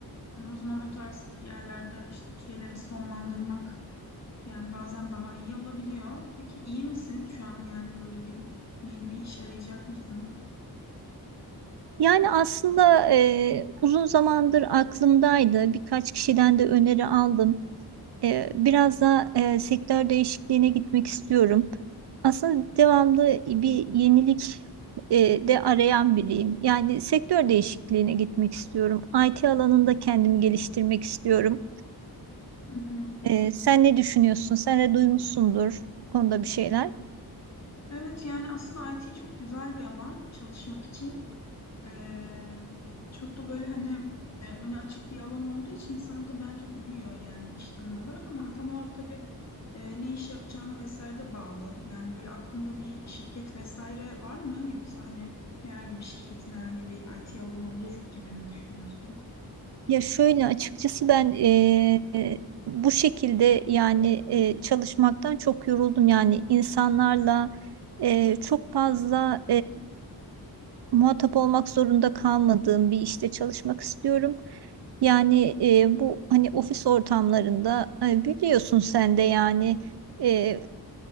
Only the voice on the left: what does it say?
hani o zaman o tarz yerlerde işte bir şeyleri sonlandırmak yani bazen daha iyi olabiliyor. Peki iyi misin şu an yani böyle bir yeni bir iş arayacak mısın?
Hı hı.
Evet yani aslında IT çok güzel bir alan çalışmak için. Ee, çok da böyle hani e, öne açık bir alan olduğu için sana da bence uyuyor yani iş tanım olarak ama tam olarak tabii e, ne iş yapacağına vesaire de bağlı. Yani böyle aklında bir şirket vesaire var mı? Yoksa hani herhangi bir şirketin herhangi bir IT alanı olur gibi mi düşünüyorsun?